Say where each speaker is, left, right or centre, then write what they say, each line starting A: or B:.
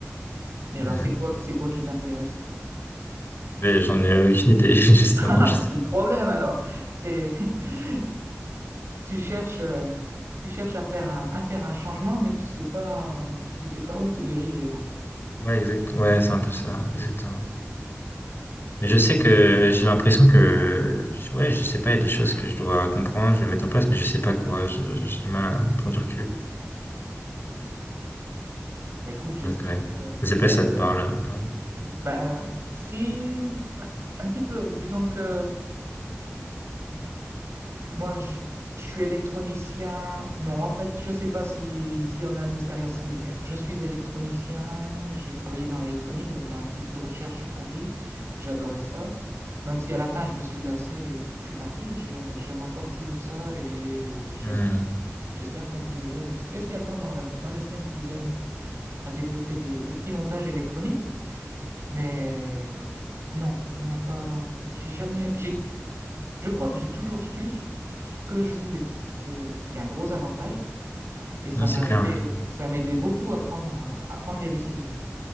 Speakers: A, on the right; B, on the left.
A: Mais alors,
B: Hmm.
A: c'est quoi, c'est quoi qui t'intéresse? <laughs>
B: Mais j'en ai aucune idée <laughs> justement.
A: Ah,
B: Je
A: mais
B: sais.
A: c'est le problème alors. C'est, <laughs> tu cherches, euh, tu cherches à faire un, à faire un changement, mais tu sais pas, euh, tu sais pas où te diriger en fait.
B: Ouais, exact. Ouais, c'est un peu ça, exactement. Mais je sais que j'ai l'impression que ouais, je sais pas, il y a des choses que je dois comprendre, je vais mettre en place, mais je sais pas quoi. Je- je- J'ai du mal à prendre du recul.
A: Mais écoute, j'espère
B: Ok. ouais.
A: que, j'espère
B: Je sais pas si ça te
A: que,
B: parle euh, ou pas.
A: bah, si, un, un petit peu, disons que Moi, je, je suis électronicien. Non, en fait, je ne sais pas si, si on a une expérience similaire. Je suis électronicien, j'ai travaillé dans l'électronique, donc dans l'Institut de recherche sur Paris. J'adorais ça. Même si à la fin, je me suis lassé et que je suis parti, j'ai- j'aime encore toujours ça et j'espère,
B: Hmm.
A: j'espère continuer, euh, spécialement dans, le- dans les semaines qui viennent, à développer des, des petits montages électroniques. Mais non, on n'a pas. J'ai jamais. j'ai- je crois que j'ai toujours su ce ce que je voulais, ce qui est, ce qui est un gros avantage. Et ça
B: Non, c'est
A: m'a
B: clair.
A: aidé, ça m'a aidé beaucoup à prendre, à prendre les décisions.